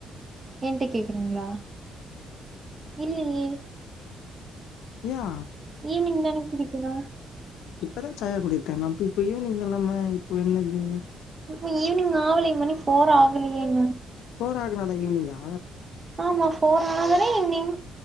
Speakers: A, on the right; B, on the left.
A: ஏன்ட கேக்குறீங்களா இல்லயே
B: யா
A: ஈவ்னிங் தா குடிக்கணு
B: இப்பதா சாயா குடிக்க மாம் அப்ப இப்ப ஈவ்னிங் இல்லாம இப்போ என்னது
A: இப்ப ஈவ்னிங் ஆவலியே மணி ஃபோர் ஆகலயே இன்னு
B: ஃபோர் ஆகனா தா ஈவ்னிங்கா
A: ஆமா ஃபோர் ஆனா தானே ஈவ்னிங்